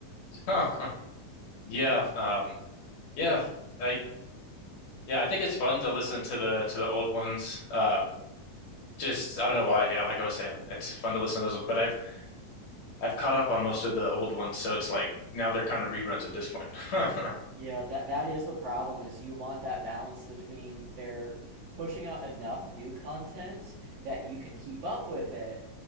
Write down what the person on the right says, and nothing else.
Yeah, that that is the problem is you want that balance between their pushing out enough new content that you can keep up with it